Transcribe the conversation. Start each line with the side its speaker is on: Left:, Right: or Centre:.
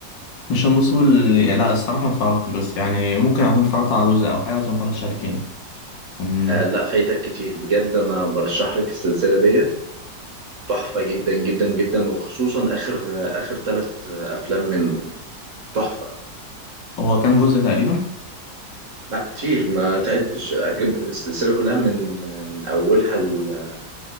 Left: مش المسؤول لا الصراحة ما اتفرجتش بس يعني ممكن أكون اتفرجت على جزء أو حاجة بس ما اتفرجتش على كام كان
Right: آه لا فايتك كتير بجد انا برشح لك السلسله دي تحفه جدا جدا جدا وخصوصا اخر اخر ثلاث افلام من تحفه
Left: هو كام جزء تقريبا؟
Right: لا كتير ما تعدش أجيب السلسله كلها من من اولها ل-